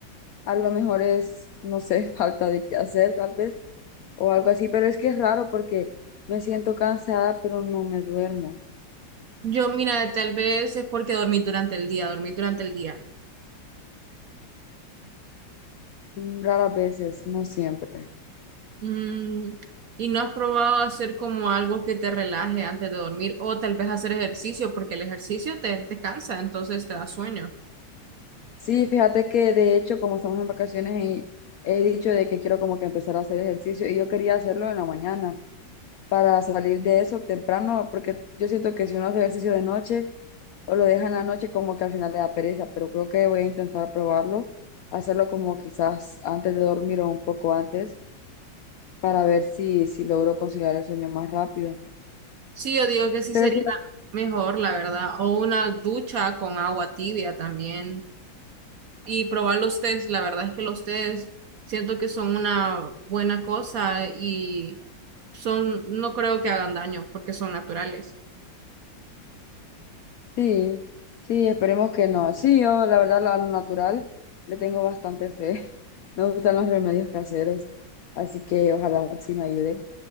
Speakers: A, on the left; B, on the right.
A: A lo mejor es, no sé, <laughs> falta de qué hacer tal vez o algo así, pero es que es raro porque me siento cansada, pero no me duermo.
B: Yo, mira, tal vez es porque dormí durante el día, dormí durante el día.
A: Mm, Raras veces, no siempre.
B: Mm, ¿y no has probado hacer como algo que te relaje antes de dormir o tal vez hacer ejercicio porque el ejercicio te, te cansa, entonces te da sueño?
A: Sí, fíjate que de hecho, como estamos en vacaciones, y he dicho de que quiero como que empezar a hacer ejercicio y yo quería hacerlo en la mañana para salir de eso temprano, porque yo siento que si uno hace ejercicio de noche o lo deja en la noche, como que al final le da pereza, pero creo que voy a intentar probarlo, hacerlo como quizás antes de dormir o un poco antes para ver si, si logro conciliar el sueño más rápido.
B: Sí, yo digo que sí
A: Pero
B: sería mejor, la verdad, o una ducha con agua tibia también y probar los tés, la verdad es que los tés siento que son una buena cosa y son, no creo que hagan daño porque son naturales.
A: Sí, sí, esperemos que no. Sí, yo la verdad a lo natural le tengo bastante fe. <laughs> Me gustan los remedios caseros, así que ojalá sí me ayude.